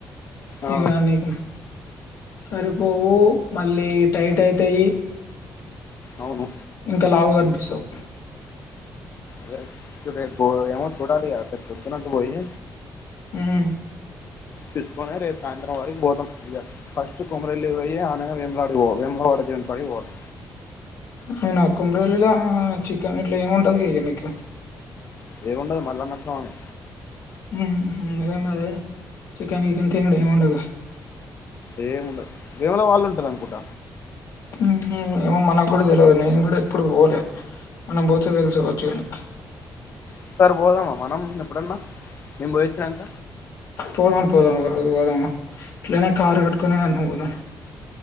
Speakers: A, on the left; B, on the left.
A: ఆ
B: ఇగ నీకు సరిపోవు మళ్ళీ టైట్ అయితాయి
A: అవును
B: ఇంక లావు కనిపిస్తావు
A: రేేప్ రేపు బో ఎమో చుడాలిగ, రేపు పొద్దున్న అటు బోయి
B: ఉమ్
A: తీసుకొనే రేపు సాయంత్రం వరికి పోతం ఇగ ఫస్ట్ కొమరల్లి పోయి ఆనగా వెములవాడ పోవాలి వేములవాడ దేవున్ కాడికి పోవలే
B: అవున కొమరవెల్లిల చికెన్, ఇట్లా ఏమి ఉంటది ఏయనీకి.
A: ఏంముండది మల్లన్న స్వామి
B: ఉహ్మ్ ఎమ్ముందదే చికెన్ గికెన్ తిన్నుడు ఏముండదా
A: ఏముండది వేములవాడ లో ఉంటది అనుకుంట
B: ఉహు ఏమో మనకు కూడా తెల్వది. నేను గూడా ఎప్పుడు పోలే మనం బోతే తెలుసుకోవచ్చు గని.
A: ఒకసారి బోధమ్మా, మనం ఎప్పుడన్నా మేం బోయిచ్చినాక.
B: పోదాం పోదాం ఒకరోజు బోదాము ఎట్లన కారు కట్టుకునే అన్నా పోదాం